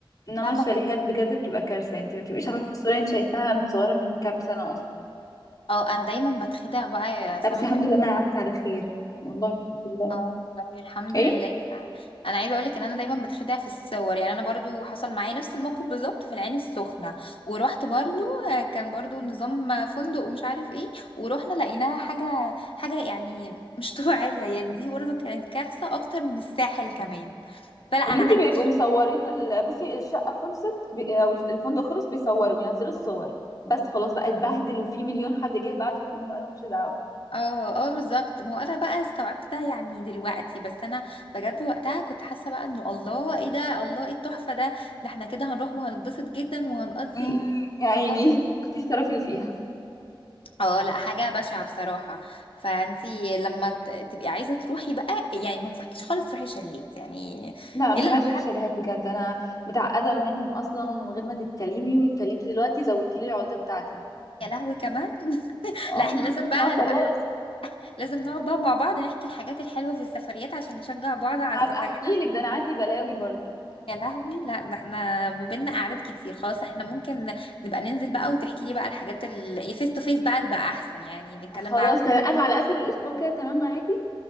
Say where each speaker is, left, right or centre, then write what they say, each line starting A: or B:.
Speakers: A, on the left; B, on the left.
A: انما
B: فاهمة
A: الشاليهات
B: مم. بيك
A: بجد بتبقى كارثة انت ما بتبقيش عارفة الصورة انت شايفاها متصورة من كام سنة اصلا
B: اه انا دايما بتخدع بقى يا سما
A: لا بس
B: في
A: الحمد
B: ال-
A: لله انها عدت على خير والله الحمد
B: <laughs>
A: لله
B: اه والله الحمد
A: ايه
B: لله ف- انا عايزه اقولك ان انا دايما بتخدع في الصور يعني انا برضو حصل معايا نفس الموقف بالظبط في العين السخنه ورحت برضو آه، كان برضو نظام فندق ومش عارف ايه ورحنا لقيناها حاجه حاجه يعني مش <laughs> طبيعيه يعني دي برضو كانت كارثه اكتر من الساحل كمان فلا انا
A: يا بنتي
B: عندي
A: بيبقوا مصورين ال- بصي الشقه خلصت بي- او الفندق خلص بيصوروا وينزلوا الصور بس خلاص بقى اتبهدل وفي مليون حد جه بعدك هم قالوا مش دعوه
B: اه اه بالظبط ما هو انا بقى استوعبت ده يعني دلوقتي بس انا بجد وقتها كنت حاسه بقى انه الله ايه ده الله ايه التحفه ده ده احنا كده هنروح وهنتبسط جدا وهنقضي
A: امم يا عيني
B: <laughs>
A: <laughs> كنتش تعرفي اللي فيها
B: اه لا حاجه بشعه بصراحه فانتي لما ت- تبقي عايزه تروحي بقى يعني ما انصحكيش خالص تروحي شاليهات يعني
A: لا
B: الا
A: مش عايزه
B: لو حد
A: اروح شاليهات بجد انا متعقده منهم اصلا من غير ما تتكلمي واتكلمتي دلوقتي زودتي لي العقده بتاعتي
B: يا لهوي كمان
A: اه
B: لا احنا لازم بقى
A: لا
B: نبقى
A: خلاص
B: لازم نقعد بقى مع بعض نحكي الحاجات الحلوه في السفريات عشان نشجع بعض على
A: هبقى
B: السفريات
A: احكي لك ده انا عندي بلاوي برضو
B: يا لهوي لا ده احنا ما بينا قعدات كتير خلاص احنا ممكن نبقى ننزل بقى وتحكي لي بقى الحاجات ال فيس تو فيس بقى بقى احسن يعني نتكلم
A: خلاص
B: بقى عن حاجة.
A: تمام أخ على اخر الاسبوع كده تمام معاكي